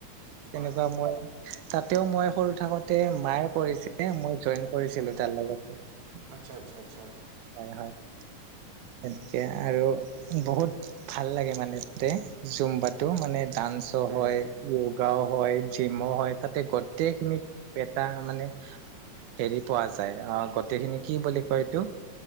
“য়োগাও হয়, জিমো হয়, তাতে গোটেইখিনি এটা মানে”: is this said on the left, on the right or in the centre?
Right